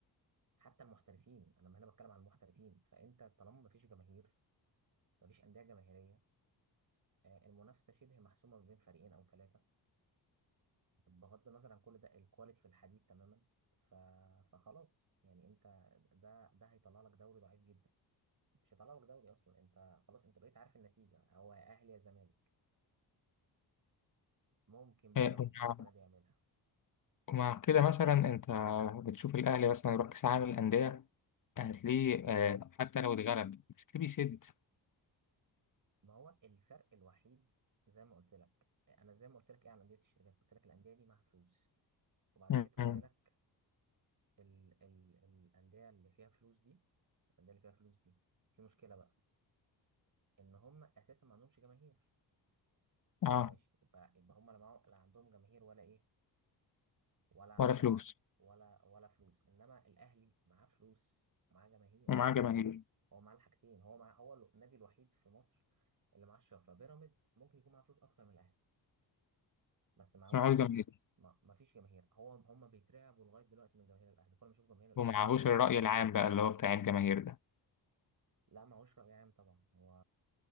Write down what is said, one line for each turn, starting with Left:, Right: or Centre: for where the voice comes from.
Right: حتى المحترفين انا هنا بتكلم عن المحترفين فانت طالما مفيش جماهير مفيش انديه جماهيريه آه، المنافسه شبه محسومه ما بين فريقين او ثلاثه بغض النظر عن كل ده الكواليتي في الحديد تماما ف... فخلاص يعني انت ده ده هيطلع لك دوري ضعيف جدا مش هيطلع لك دوري اصلا انت خلاص انت بقيت عارف النتيجه هو يا اهلي يا زمالك ممكن بيراميدز
Left: آه، ومع
Right: السنه دي يعملها
Left: ومع كده مثلا انت بتشوف الاهلي مثلا يروح كاس العالم للاندية هتلاقيه آه، حتى لو اتغلب بس ليه بيسد
Right: ما هو الفرق الوحيد زي ما قلت لك انا زي ما قلت لك ايه عن انديه الشركات قلت لك الانديه دي معاها فلوس وبعدها
Left: مم.
Right: جيت قلت لك ال ال الانديه اللي فيها فلوس دي الانديه اللي فيها فلوس دي في مشكله بقى ان هم اساسا ما عندهمش جماهير طب
Left: اه
Right: ماشي يبقى يبقى هم لا معاهم- لا عندهم جماهير ولا ايه ولا
Left: ولا
Right: ولا
Left: فلوس
Right: ولا ولا فلوس انما الاهلي معاه فلوس معاه جماهير
Left: ومعاه جماهير
Right: هو معاه الحاجتين هو مع هو النادي الوحيد في مصر اللي معاه الشفره بيراميدز ممكن يكون معاه فلوس اكتر من الاهلي بس معهوش
Left: بس معهوش
Right: ايه
Left: جماهير
Right: ما ما فيش جماهير هو هم بيترعبوا لغايه دلوقتي من جماهير الاهلي كل ما اشوف جماهير الاهلي
Left: ومعهوش
Right: تلاقيهم يعني
Left: الرأي العام بقى اللي هو بتاع الجماهير ده
Right: لا معهوش راي عام طبعا هو